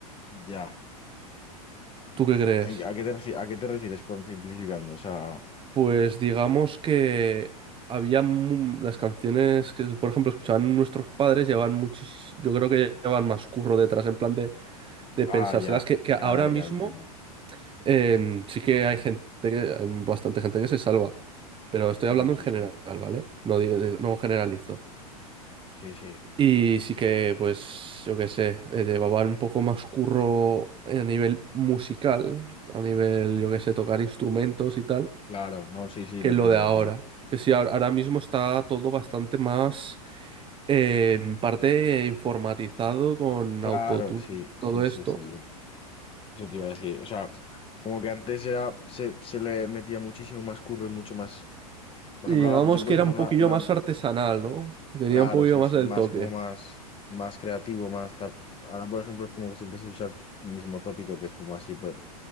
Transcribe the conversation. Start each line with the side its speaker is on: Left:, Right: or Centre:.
Left: ya.
Right: ¿Tú qué crees?
Left: Eh, ¿A qué te refi- a qué te refieres con simplificando? O sea,
Right: Pues digamos que había mu- las canciones que, por ejemplo, escuchaban nuestros padres, llevaban muchis, yo creo que llevaban más curro detrás, en plan de, de
Left: ah,
Right: pensárselas,
Left: ya,
Right: que, que
Left: ya,
Right: ahora
Left: vale,
Right: mismo
Left: ya lo entiendo.
Right: em, sí que hay gente que, hay bastante gente que se salva, pero estoy
Left: Muchísimo.
Right: hablando en general, ¿vale? No, di- no generalizo.
Left: Sí, sí.
Right: Y sí que, pues, yo qué sé, eh, llevaban un poco más curro a nivel musical, a nivel, yo qué sé, tocar instrumentos y tal.
Left: Claro, no, sí, sí,
Right: que
Left: lo
Right: lo
Left: entiendo,
Right: de
Left: lo
Right: ahora.
Left: entiendo.
Right: Que sí, ahora ahora mismo está todo bastante más eh, en parte informatizado con
Left: Claro,
Right: autotune
Left: sí,
Right: y todo
Left: sí, sí,
Right: esto.
Left: sí. Eso te iba a decir. O sea, como que antes era, se, se le metía muchísimo más curro y mucho más. Por
Right: Y
Left: ejemplo,
Right: digamos
Left: ahora tú te puedes
Right: que era
Left: hacer
Right: un
Left: una,
Right: poquillo
Left: una,
Right: más artesanal, ¿no? Tenía
Left: claro,
Right: un poquillo
Left: eso es,
Right: más
Left: y
Right: del
Left: más
Right: toque.
Left: como más, más creativo, más tal. Ahora, por ejemplo, es como que siempre se usa el mismo tópico, que es como así, pues,